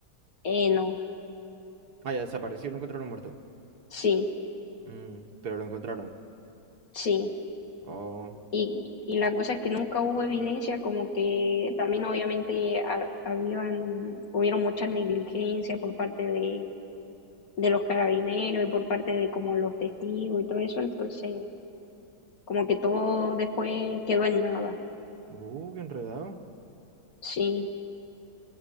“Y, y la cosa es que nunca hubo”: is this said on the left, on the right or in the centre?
Left